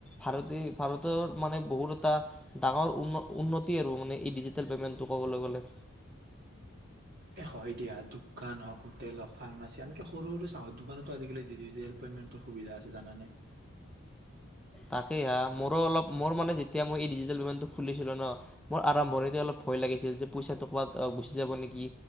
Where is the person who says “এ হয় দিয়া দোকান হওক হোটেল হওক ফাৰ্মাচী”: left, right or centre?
Right